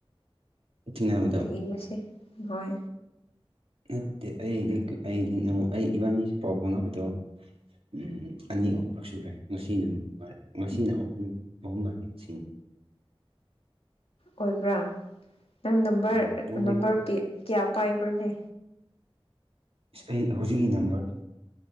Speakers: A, on the right; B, on the left.
A: ꯊꯦꯡꯅꯕꯗꯣ
B: ꯂꯩꯕꯁꯦ ꯍꯣꯏ
A: ꯅꯠꯇꯦ ꯑꯩꯗꯤ ꯑꯩꯗꯤ ꯅꯣ ꯑꯩ ꯏꯕꯥꯅꯤ ꯄꯥꯎ ꯐꯥꯎꯅꯕꯗꯣ ꯎꯝ ꯎꯝ ꯑꯅꯤ ꯑꯍꯨꯝꯂꯛ ꯁꯨꯔꯦ ꯉꯁꯤꯅ ꯃ ꯉꯁꯤꯅ ꯑꯍꯨꯝ ꯑꯍꯨꯝ ꯁꯨꯏꯅꯤ
B: ꯑꯣꯏꯕ꯭ꯔꯥ ꯅꯪ ꯅꯝꯕꯔ
A: ꯎꯝ ꯅꯪꯗꯤ
B: ꯅꯝꯕꯔ
A: ꯀ-
B: ꯄꯤ ꯀꯌꯥ ꯄꯥꯏꯕ꯭ꯔꯅꯦ
A: ꯏꯁ ꯑꯩ ꯍꯧꯖꯤꯛꯀꯤ ꯅꯝꯕꯔ